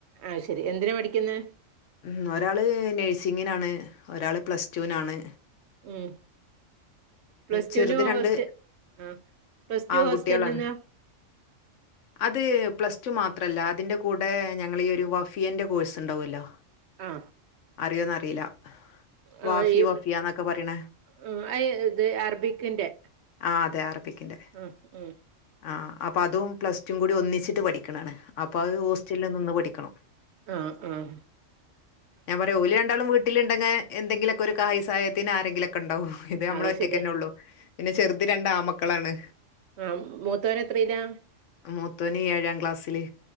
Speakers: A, on the right; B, on the left.
A: ആഹ് ശരി എന്തിന് പഠിക്ക്ന്ന്
B: ഉം ഒരാള് നേഴ്സിങ്ങിനാണ് ഒരാള് പ്ലസ് റ്റൂനാണ്.
A: ഉം പ്ലസ്
B: ചെറുത്
A: ടുന് ഹോസ്റ്റ
B: രണ്ട്
A: ആ പ്ലസ് ടു
B: ആൺകുട്ടികളാണ്.
A: ഹോസ്റ്റല്ന്നാ
B: അത് പ്ലസ് ടു മാത്രല്ല അതിന്റെ കൂടെ ഞങ്ങള് ഈ ഒരു വഫിയന്റെ കോഴ്സ്ണ്ടാവൊല്ലോ
A: ആ
B: അർയോന്നറീയില്ല
A: ആ,
B: വാഫി
A: ഈ
B: വഫിയാന്നൊക്കെ പറിണെ
A: ഉം അയ്ത് അറബിക്കിന്റെ
B: ആഹ് അതെ അറബിക്കിന്റെ
A: ഉം ഉം
B: ആഹ് അപ്പതും പ്ലസ് റ്റും കൂടി ഒന്നിച്ചിട്ട് പഠിക്കണാണ് അപ്പ അത് ഹോസ്റ്റല്ല് നിന്ന് പഠിക്കണം.
A: ആഹ് ആഹ്
B: എവടെ ഓല് രണ്ടാളും വീട്ടിലിണ്ടങ്ങ എന്തെങ്കിലൊക്കെ ഒരു കായി സഹായത്തിന് ആരെങ്കിലൊക്കെ ണ്ടാവു ഇത് നമ്മള്
A: അത്
B: ഒറ്റയ്ക്കന്നെ
A: ശരി
B: ഒള്ളൂ പിന്നെ ചെർത് രണ്ടാമ ക്കളാണ്
A: ആഹ് മൂത്തവര് എത്രല്ല
B: മൂത്തോന് ഏഴാം ക്ലാസ്സില്